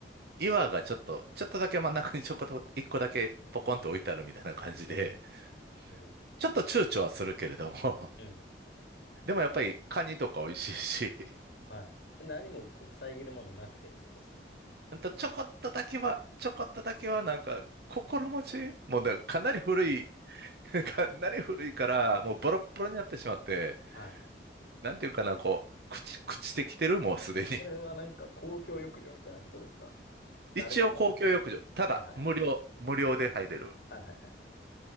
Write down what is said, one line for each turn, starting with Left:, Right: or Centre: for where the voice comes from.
Right: 岩がちょっと、ちょっとだけ真ん中にちょこっと一個だけポコンと置いてあるみたいな感じで、
Left: うん。へ
Right: <laughs>
Left: え。
Right: ちょっと躊躇はするけれども、
Left: うん
Right: <laughs> でもやっぱりカニとか美味しいし、<laughs>
Left: はい。え何もこう遮るものなくてってことですか
Right: ほんとちょこっとだけは、ちょこっとだけはなんか心持ちもうだからかなり古い、<laughs> かなり古いから、もうボロッボロになってしまって、
Left: はい。
Right: なんていうかな、こう、朽ち、朽ちてきてる、もうすでに。
Left: それはなんか公共浴場みたいなことですか
Right: <laughs>
Left: 誰でも。
Right: 一応公共浴場、ただ無料、
Left: はいはいはい。
Right: 無料で入れる。
Left: はいはいはい。